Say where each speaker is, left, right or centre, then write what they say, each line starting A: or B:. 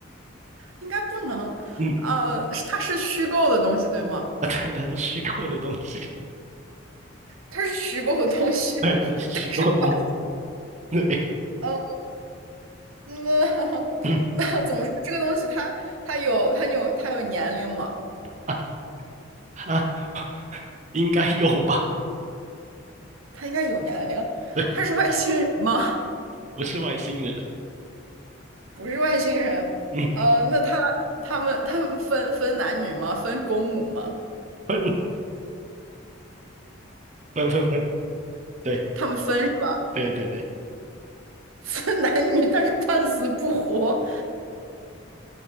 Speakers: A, on the right; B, on the right.
A: 应该不能。
B: 嗯，
A: 呃，是它是虚构的东西，对吗？
B: 啊，对，它是虚构的东西。
A: 它是虚构的东西，
B: <laughs> 对，它是虚构的，
A: <laughs> 但是半
B: <laughs> 对，
A: 呃，那 <laughs>
B: 嗯
A: 那怎么说？这个东西它它有它有它有年龄吗？
B: 啊啊，应该有吧？
A: 它应该有年龄。
B: 对，
A: 它是外星人吗？
B: 不是外星人，
A: 不是外星人。
B: 嗯，
A: 呃，那他他们他们分分男女吗？分公母吗？
B: 分分分分，对
A: 他们分是吧？
B: 对对对，
A: 分男女，但是半死不活。